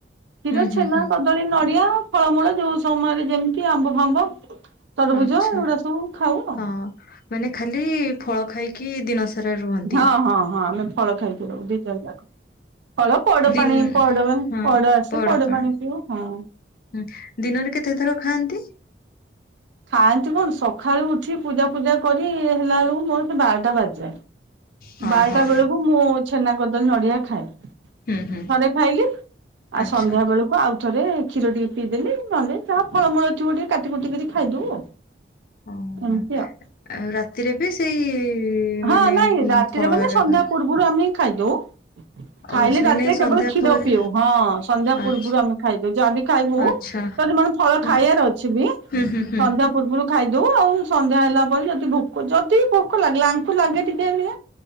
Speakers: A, on the right; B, on the left.
A: କ୍ଷୀର
B: ହୁଁ ହୁଁ
A: ଛେନା,
B: ହୁଁ
A: କଦଳୀ, ନଡିଆ ଫଳମୂଳ ଯୋଉ ସମୟରେ ଯେମିତି ଆମ୍ବ ଫାମ୍ବ ତରଭୁଜ
B: ଆଚ୍ଛା
A: ଏଗୁଡା ସବୁ ଖାଉ ଆଉ
B: ହଁ ମାନେ ଖାଲି ଫଳ ଖାଇକି ଦିନ ସାରା ରୁହନ୍ତି
A: ହଁ ହଁ ହଁ ଆମେ ଫଳ ଖାଇକି ରହୁ ଦି ଜଣ ଯାକ ଫଳ ପଇଡ
B: ଦିନ୍
A: ପାଣି ପଇଡ ପାଣି
B: ହଁ
A: ପଇଡ଼ ଆସେ
B: ପୋଡ଼
A: ପଇଡ
B: ପଣା
A: ପାଣି ପିଉ ହଁ।
B: ହୁଁ ଦିନରେ କେତେ ଥର ଖାଆନ୍ତି?
A: ଖାଆନ୍ତି କଣ ସକାଳୁ ଉଠି ପୂଜା ଫୂଜା କରି ହେଲା ବେଳକୁ ମୋର ବାରଟା ବାଜିଯାଏ।
B: ହଁ
A: ବାରଟା
B: ହଁ
A: ବେଳକୁ ମୁଁ ଛେନା କରିି କଦଳୀ ନଡ଼ିଆ ଖାଏ।
B: ହୁଁ ହୁଁ
A: ଥରେ ଖାଇଲି
B: ଆଚ୍ଛା
A: ଆଉ ସନ୍ଧ୍ୟା ବେଳକୁ ଆଉ ଥରେ କ୍ଷୀର ଟିକେ ପିଇଦେଲି ନହେଲେ ଯହା ଫଳମୂଳ ଥିବ ଟିକେ କାଟି କୁଟିକିରି ଖାଇଦଉ ଆଉ।
B: ଓଁ
A: ଏମିତି
B: ହୋ
A: ଆଉ
B: ଆଉ ରାତିରେ ବି ସେଇ ମାନେ
A: ହଁ ନାଇଁ
B: ଉଁ,
A: ରାତିରେ
B: ଫଳ
A: ମାନେ
B: ହେକା
A: ସନ୍ଧ୍ୟା
B: ଖାଆନ୍ତି।
A: ପୂର୍ବରୁ ଆମେ ଖାଇଦଉ। ଖାଇଲେ
B: ଓ ମାନେ
A: ରାତିରେ
B: ସନ୍ଧ୍ୟା
A: କେବଳ କ୍ଷୀର
B: ପରେ
A: ପିଉ ହଁ ସନ୍ଧ୍ୟା ପୂର୍ବରୁ
B: ଆଛ୍
A: ଆମେ ଖାଇଦଉ ଯାହାବି ଖାଇବୁ
B: ଆଚ୍ଛା
A: ଯଦି ମନ ଫଳ
B: ହୁଁ
A: ଖାଇଆର ଅଛି ବି
B: ହୁଁ ହୁଁ। ହୁଁ।
A: ସନ୍ଧ୍ୟା ପୂର୍ବରୁ ଖାଇ ଦଉ ଆଉ ସନ୍ଧ୍ୟା ହେଲା ପରେ ଯଦି ଭୋକ ଯଦି ଭୋକ ଲାଗିଲା ତାକୁ ଲାଗେ ଟିକେ ଇଏ